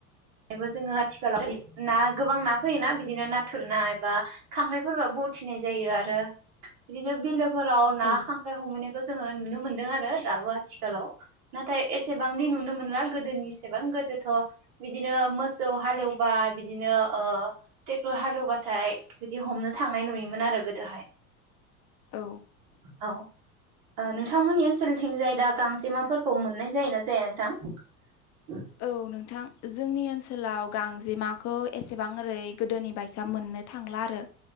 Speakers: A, on the right; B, on the left.
A: बेबो जोङो आथिखालाव ना गोबां ना फैयोना बिदिनो नाथुर ना एबा खांख्राइफोरबो। उथिनाय जायो आरो बिदिनो बिलोफोराव ना
B: औ
A: खांख्राइ हमहैनायखौ जोङो नुनो मोनदों आरो। दाबो आथिखालाव नाथाय एसेबांदि नुनो मोनला गोदोनि एसेबां गोदोथ' बिदिनो मोसौ हालेवबा बिदिनो ओ ट्रेक्टर हालेवबाथाय बिदि हमनो था। थांनाय नुयोमोन आरो गोदोहाय।
B: औ।
A: औ। ओ नोंथांमोननि ओनसोलनिथिंजाय दा गांजे माफोरखौ मोननाय जाय ना जाया नोंथां।
B: औ नोंथां जोंनि ओनसोलाव गांजेमाखौ एसेबां ओरै गोदोनि बायसां मोननो थांला आरो